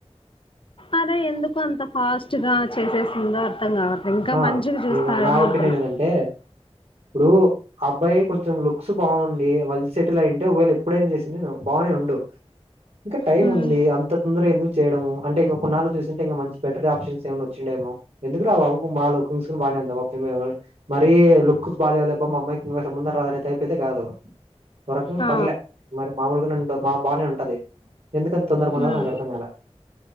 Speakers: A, on the left; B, on the right.
A: అరే ఎందుకు అంత ఫాస్ట్ గా చేసేసింద అర్థం గావట్లే ఇంకా
B: ఆహా
A: మంచిగా చూస్తారేమో
B: నేను నా
A: అనుకున్నాం
B: ఒపీనియన్ ఏందంటే ఇప్పుడు ఆ అబ్బాయి కొంచెం లుక్స్ బాగుండి వాల్ సెటిల్ అయింటే ఒకవేళ ఎప్పుడైనా చేసిండే బాగానే ఉండు ఇంకా టైమ్
A: హ్మ్
B: ఉంది అంత తొందరగా ఎందుకు చేయడము అంటే ఇంకా కొన్నాళ్ళు చూసింటే ఇంకా మంచి బెటర్ ఆప్షన్స్ ఏమన్నా వచ్చిండేమో ఎందుకు మా లుకింగ్స్ బానే ఉంది మరీ లుక్స్ బాలేవ్లేబ్బ మా అమ్మాయికి ఇంగో సంబంధం రాదనే టైపయితే కాదు ఒగరకంగ
A: ఆ!
B: పర్లే మరి మామూలుగా మా బాగానే ఉంటది ఎందుకంత తొందర
A: హ్మ్.
B: ఉన్న నాకు అర్థం కల